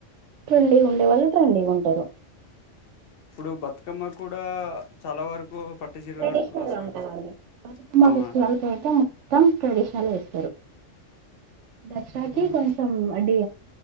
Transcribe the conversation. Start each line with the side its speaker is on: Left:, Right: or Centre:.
Right: ట్రెండీగా ఉండే వాళ్ళు ట్రెండీగా ఉంటారు
Left: ఇప్పుడు బతుకమ్మ కూడా చాలా వరకు పట్టు చీరలు
Right: ట్రెడిషనల్
Left: కట్టుకుని వస్తారు
Right: ఉంటదండి
Left: కదా
Right: బతుకుమ్మ
Left: అవునా
Right: ఫెస్టివల్ కైతే మొత్తం ట్రెడిషనల్ స దసరాకి
Left: ఇప్పుడు
Right: కొంచెం అడి